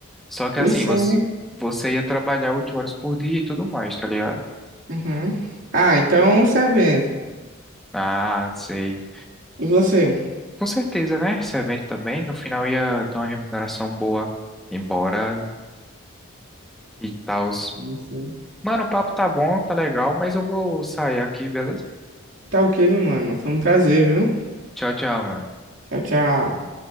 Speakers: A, in the centre; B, on the right (about 70°).
A: Só que
B: Os
A: assim,
B: 100,
A: você,
B: né?
A: você ia trabalhar oito horas por dia e tudo mais, tá ligado?
B: Uhum. Ah, então você vende.
A: Ah, sei.
B: E você?
A: Com certeza, né? Esse evento também, no final ia ter uma remuneração boa. Embora e tal.
B: Sim, sim.
A: Mano, o papo tá bom, tá legal, mas eu vou sair aqui, beleza?
B: Tá ok, meu mano. Foi um prazer, viu?
A: Tchau, tchau, mano.
B: Tchau, tchau.